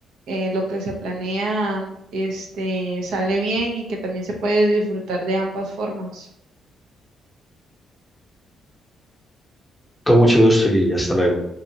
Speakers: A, on the right; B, in the centre.
A: eh, lo que se planea este, sale bien y que también se puede disfrutar de ambas formas.
B: Con mucho gusto y hasta luego.